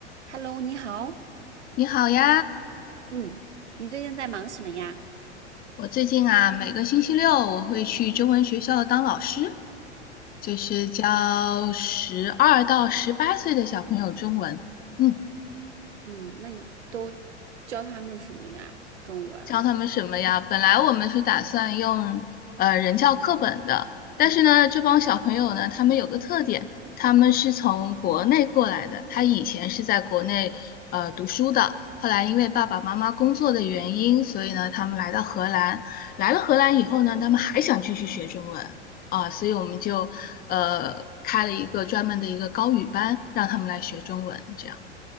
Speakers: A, on the right; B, on the left.
A: Hello，你好。
B: 你好呀，
A: 嗯，你最近在忙什么呀？
B: 我最近啊，每个星期六我会去中文学校当老师，就是教十二到十八岁的小朋友中文。嗯。
A: 嗯，那你都教他们什么呀？中文。
B: 教他们什么呀？本来我们是打算用呃人教课本的，但是呢，
A: 嗯，
B: 这帮小朋友呢，他们有个特点，他们是从国内过来的，他以前是在国内呃读书的，后来因为爸爸妈妈工作的原因，所以呢，他们来到荷兰，来了荷兰以后呢，他们还想继续学中文啊，所以我们就呃开了一个专门的一个高语班，让他们来学中文，这样。